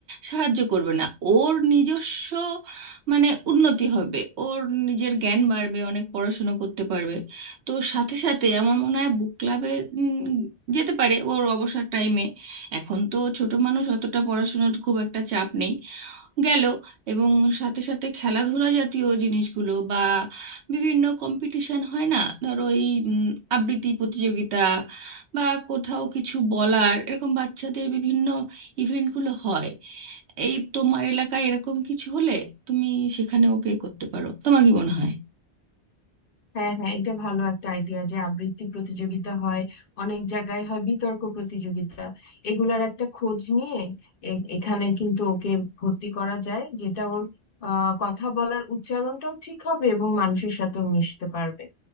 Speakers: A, on the right; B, on the left.
A: সাহায্য করবে না ওর নিজস্ব মানে উন্নতি হবে ওর নিজের জ্ঞান বাড়বে অনেক পড়াশুনো করতে পারবে তো সাথে সাথে আমার মনে হয় বুক ক্লাবে যেতে পারে ওর অবসর টাইমে এখন তো ছোট মানুষ অতটা পড়াশোনার খুব একটা চাপ নেই গেল এবং সাথে সাথে খেলাধুলা জাতীয় জিনিসগুলো বা বিভিন্ন কম্পিটিশন হয় না ধরো এই উম, আবৃত্তি প্রতিযোগিতা বা কোথাও কিছু বলার এরকম বাচ্চাদের বিভিন্ন ইভেন্টগুলো হয় এই তোমার এলাকায় এরকম কিছু হলে তুমি সেখানে ওকে করতে পারো তোমার কি মনে হয়
B: হ্যাঁ হ্যাঁ এটা ভালো একটা আইডিয়া যে আবৃত্তি প্রতিযোগিতা হয় অনেক জায়গায় হয় বিতর্ক প্রতিযোগিতা এগুলার একটা খোঁজ নিয়ে এ- এখানে কিন্তু ওকে ভর্তি করা যায় যেটা ওর আহ, কথা বলার উচ্চারণটাও ঠিক হবে এবং মানুষের সাথেও মিশতে পারবে